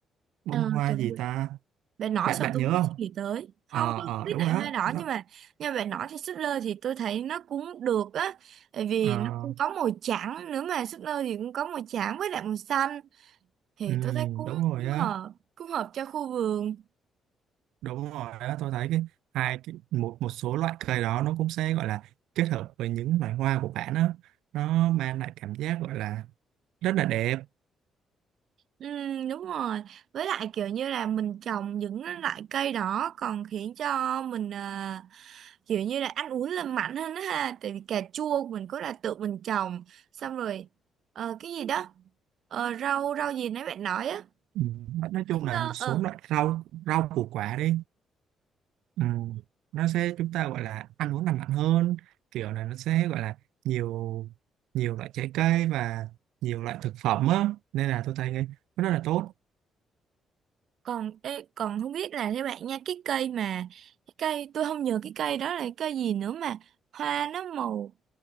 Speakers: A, on the right; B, on the right.
A: bông
B: ờ,
A: hoa
B: trời
A: gì
B: ơi,
A: ta
B: bạn nói
A: bạn
B: xong
A: bạn
B: tôi
A: nhớ
B: không biết
A: không
B: suy nghĩ tới
A: ờ
B: không tôi
A: ờ
B: không biết
A: đúng
B: lại
A: rồi đó
B: hoa đỏ
A: nó
B: nhưng mà nhưng mà bạn nói thì súp lơ thì tôi thấy nó cũng được á tại vì
A: ờ,
B: nó cũng có màu trắng nữa mà súp lơ thì cũng có màu trắng với lại màu xanh thì
A: ừ,
B: tôi thấy cũng
A: đúng rồi
B: cũng
A: á
B: hợp cũng hợp cho khu vườn
A: Đúng rồi đó, tôi thấy cái hai cái một một số loại cây đó nó cũng sẽ gọi là kết hợp với những loài hoa của bạn đó nó mang lại cảm giác gọi là rất là đẹp
B: ừ, đúng rồi với lại kiểu như là mình trồng những loại cây đó còn khiến cho mình à, kiểu như là ăn uống lành mạnh hơn đó ha tại vì cà chua của mình có là tự mình trồng xong rồi ờ, cái gì đó ờ, rau rau gì nãy bạn nói á
A: ừ. nói chung
B: Thích nơ
A: là một số
B: ờ
A: loại rau rau củ quả đi ừ. nó sẽ chúng ta gọi là ăn uống lành mạnh hơn kiểu là nó sẽ gọi là nhiều nhiều loại trái cây và nhiều loại thực phẩm á nên là tôi thấy cái nó rất là tốt
B: còn ê, còn không biết là theo bạn nha cái cây mà cái cây tôi không nhớ cái cây đó là cái cây gì nữa mà hoa nó màu